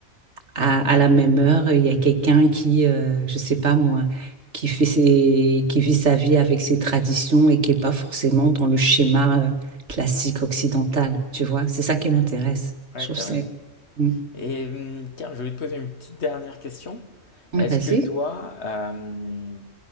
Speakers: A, on the right (about 65°); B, on the left (about 60°).
A: à, à la même heure, il y a quelqu'un qui, euh, je sais pas moi, qui fait ses, qui vit sa vie avec ses traditions et qui est pas forcément dans le schéma euh, classique occidental, tu vois? C'est ça qui m'intéresse.
B: Ouais,
A: Je trouve
B: carrément.
A: que c'est... Mm.
B: Et hum, tiens, je voulais te poser une petite dernière question.
A: Ouais,
B: Est-ce
A: Vas-y.
B: que toi, euh,